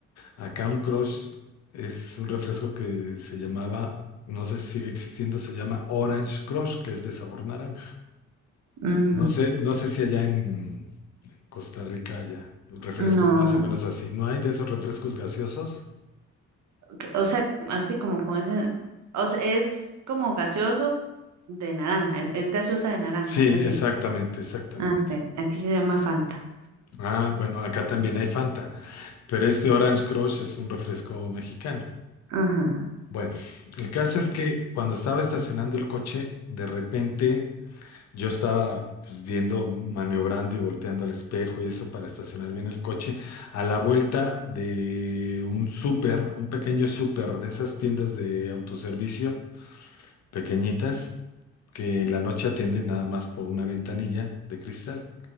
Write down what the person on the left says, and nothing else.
Acá un crush es un refresco que se llamaba, no sé si sigue existiendo, se llama Orange Crush, que es de sabor naranja.
No sé, no sé si allá en Costa Rica haya refrescos
más o menos así. ¿No hay de esos refrescos gaseosos?
Sí,
exactamente, exactamente.
Ah, bueno, acá también hay Fanta, pero este Orange Crush es un refresco mexicano.
Bueno, el caso es que cuando estaba estacionando el coche, de repente Yo estaba pues, viendo, maniobrando y volteando al espejo y eso para estacionar bien el coche a la vuelta de un súper, un pequeño súper de esas tiendas de autoservicio pequeñitas que en la noche atienden nada más por una ventanilla de cristal.